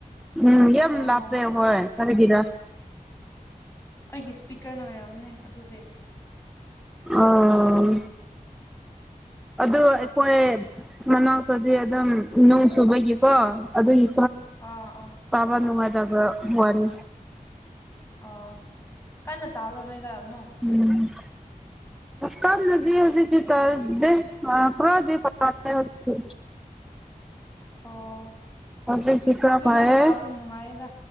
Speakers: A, in the centre; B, on the left.
A: ꯎꯝ ꯌꯥꯝ
B: ꯑꯣ
A: ꯂꯥꯞꯄꯦ ꯍꯣꯏ ꯀꯔꯤꯒꯤꯔ
B: ꯑꯩꯒꯤ ꯏꯁꯄꯤꯀꯔꯅ ꯑꯣꯏꯔꯝꯅꯦ ꯑꯗꯨꯗꯤ
A: ꯑꯣ ꯑꯗꯨ ꯑꯩꯈꯣꯏ ꯃꯅꯥꯛ ꯗꯤ ꯑꯗꯨꯝ ꯅꯨꯡ ꯁꯨꯕꯒꯤꯀꯣ ꯑꯗꯨꯒꯤ
B: ꯑꯥ ꯑꯥ
A: ꯇꯥꯕ ꯅꯨꯡꯉꯥꯏꯇꯕ ꯋꯥꯅꯤ
B: ꯑꯣ ꯀꯟꯅ ꯇꯥꯕ꯭ꯔꯣ ꯅꯣꯏꯗꯥ ꯅꯨꯡ
A: ꯎꯝ ꯀꯟꯅꯗꯤ ꯍꯩꯖꯤꯛꯇꯤ ꯇꯥꯗꯦ ꯑ ꯈꯔꯗꯤ ꯐ꯭ꯔ‌ꯦ ꯍꯧꯖꯤꯛꯇꯤ
B: ꯑꯣ
A: ꯍꯧꯖꯤꯛꯇꯤ ꯈꯔ
B: ꯑꯁꯗꯨ
A: ꯐꯌꯦ
B: ꯅꯣꯡ ꯇꯥꯕꯅ ꯅꯨꯡꯉꯥꯏꯌꯦꯗ